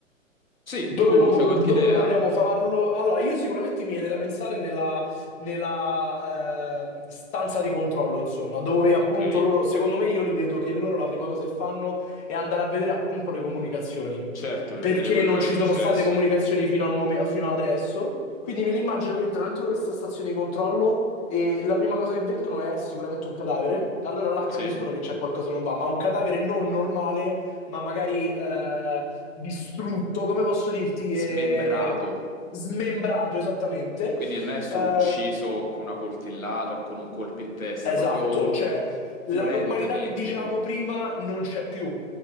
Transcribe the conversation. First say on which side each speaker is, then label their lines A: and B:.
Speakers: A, on the left (about 80°); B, on the left (about 15°).
A: Sì,
B: Dove,
A: tu
B: lo vo-
A: c'hai qualche
B: dove
A: idea?
B: vogliamo farlo? Allora, io sicuramente mi viene da pensare nella, nella, ehm, stanza di controllo, insomma, dove
A: Ok,
B: appunto loro, secondo me io li vedo che loro la prima cosa che fanno è andare a vedere appunto le comunicazioni,
A: certo, per
B: perché
A: vedere quello
B: non
A: che è
B: ci
A: successo.
B: sono state comunicazioni fino al momen- fino adesso, quindi me li immagino che entrano dentro questa stazione di controllo e la prima cosa che vedono è sicuramente un cadavere, allora là capiscono
A: Sì,
B: che c'è qualcosa che non va, ma un cadavere non normale, ma magari... eh, distrutto, come posso dirti,
A: smembrato,
B: eh, smembrato esattamente.
A: quindi non è solo
B: Eh,
A: ucciso con una coltellata o con un colpo in testa,
B: esatto,
A: proprio
B: cioè
A: violentemente.
B: la normalità che dicevamo prima non c'è più.